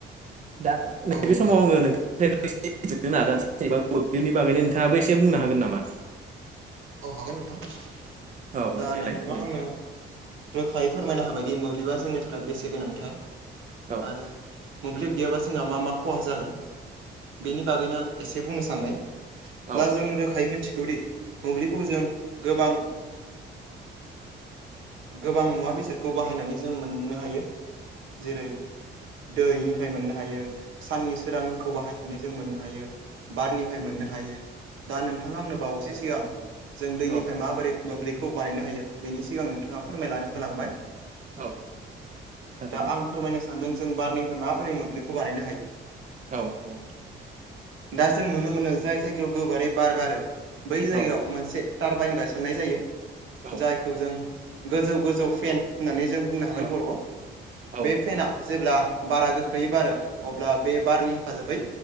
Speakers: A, on the right (about 40°); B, on the right (about 80°).
A: दा नैबे
B: औ नोंथां
A: समाव आङो नों <unintelligible> मोब्लिबनि बागैनो नोंथाङाबो एसे बुंनो हागोन नामा?
B: औ हागोन नोंथां
A: औ
B: दा
A: देलाय
B: नोंथाङा
A: बुंलाय नोंथां।
B: आंनो रोखायै फोरमायना होबायदि मोब्लिबा जोंनि थाखाय बेसे गोनांथार
A: औ
B: आरो मोब्लिब गैयाबा जोंहा मा मा खहा जागोन बेनि बागैनो आं एसे बुंनो सानबाय
A: औ
B: दा जों रोखायै मोनथिगौदि मोब्लिबखौ जों गोबां गोबां मुवा बेसादखौ बाहायनानै जों मोननो हायो जेरै दैनिफ्राय मोननो हायो साननि सोरांखौ बाहाय नानै जों मोननो हायो बारनिफ्राय मोननो हायो दा नोंथाङा आंनो बावैसो सिगां जों दैनिफ्राय
A: औ
B: माबोरै मोब्लिबखौ बानायनो हायो बेनि सिगां नोंथाङा फोरमायना होलांबाय।
A: औ थारैनो
B: दा आं फोरमायनो सानदों जों बारनिफ्राय माबोरै मोब्लिबखौ बानायनो हायो?
A: औ औ
B: दा जों नुनो मोनो जाय जायगायाव गोबारै बार बारो बै जायगायाव
A: औ
B: मोनसे टारबाइन गायसननाय जायो
A: औ
B: जायखौ जों गोजौ गोजौ फेन होननानै जों बुंनो हागोन
A: औ
B: बर'आव
A: औ औ औ
B: बे फेनाआ जेब्ला बारा गोख्रैयै बारो अब्ला बे बारनि हेफाजाबै